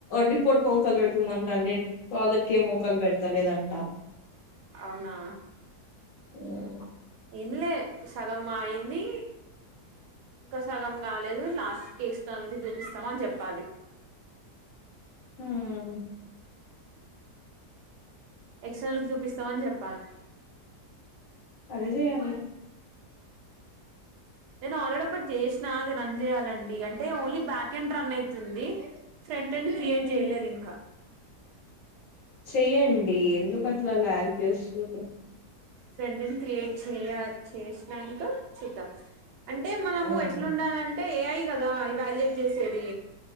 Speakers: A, on the left (about 60°); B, on the right (about 80°).
A: రిపోర్ట్ వంకలు పెడుతుందంట అండి పాజిట్ ఏమో వంకలు పెడతా లేదంట
B: అవునా
A: మ్మ్
B: ఏమి లే సగం అయింది ఇంకా సగం కాలేదు లాస్ట్ కి <unintelligible> చూపిస్తాం అని చెప్పాలి
A: మ్మ్
B: ఎక్స్టర్నల్ కి చూపిస్తామని చెప్పాలి
A: అదే చెయ్యాలి ఇగ
B: నేను ఆల్రెడీ ఒక్ కటి చేసినా అది రన్ చేయాలన్ అడి అంటే ఓన్లీ బ్యాకెండ్ రన్ అయి తుంది సెంటెన్స్ క్రియేట్
A: హ్మ్
B: చేయలేదు ఇంకా
A: చెయ్యండి ఎందుకు అట్లా ల్యాగ్ చేస్సురు
B: ఫ్రంట్ ఎండ్ క్రియేట్ చేయ చేసినంకా చూద్దాం అంటే మనము
A: హ్మ్
B: ఎట్లుండాలంటే ఏ ఐ కదా ఎవల్యూట్ చేసేది